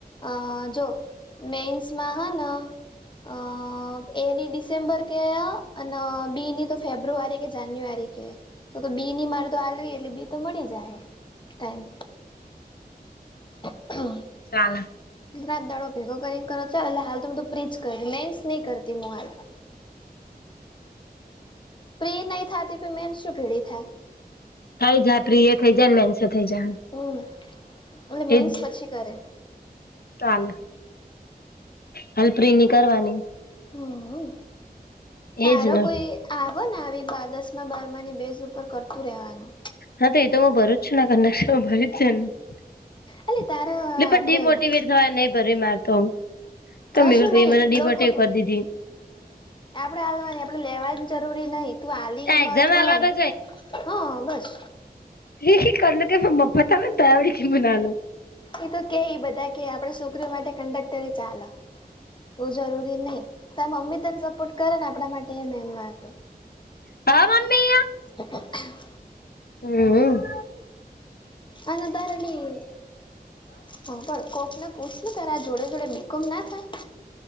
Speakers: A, on the left (about 30°); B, on the left (about 70°).
A: અ જો મેન્સમાં હ ના. અ એની ડિસેમ્બર કહે અને બીની તો ફેબ્રુઆરી કે જાન્યુઆરી કહે. તો તો બી ની મારે તો હળવી એટલે બી તો મળી જાય ટાઈમ. હમ <inaudible>
B: ચાલ
A: રાત દાડો ભેગો કરીને કરો છે એટલે હાલ તો બધું ફિજ કરી લેન્સ નહી કરતી મુ હાલ. પ્રી નહી થાતી મેન શું ભીડી થાય.
B: થઈ જાય પ્રિય થઈ જાય ને મેનસે થઈ જાય.
A: હમ એટલે મેન્સ
B: એજ
A: પછી કરે.
B: ચાલે હાલ પ્રિ ની કરવાની.
A: હમ તારો
B: એજ ને
A: કોઈ. આવો ને આવી બા દસ બારમાની બેઝ ઉપર કરતું રહેવાનું
B: હા તો એ તો હું ભરું છું કક ભર છે ને
A: એટલે તારા
B: એટલે
A: આપડે
B: ડી મોટીવેટ. ય નહી ભરી માર તોમ. તમે
A: કશું
B: મેહુલ ભાઈ
A: નહી
B: મારા ડીમાટેવ
A: લોકો
B: કરી દીધી.
A: આપ હાલવાની આપડે લેવાની જરૂરી નહી તું આલી
B: આ
A: એ મહત્વ
B: એક્ઝામ
A: નું
B: આલવા તો
A: હ બસ.
B: હ <unintelligible> હ કલ કે મ્પત ને તયા વી કીમનાલ
A: એ તો કે ઈ બધા કે આપડ શુક્ર માટે કંડકટર ચાલ. એવું જરૂરી નહી તમે મમ્મી તને સપોર્ટ કરે ને આપણા માટે એ મેન વાત હ.
B: પાાવ મામી્યા <unintelligible>
A: ઓ <inaudible>
B: હું હું.
A: અને તારેલી હ પણ કોકને પૂછું તના જોડે‌. એટલે બી કોમ ન થાય.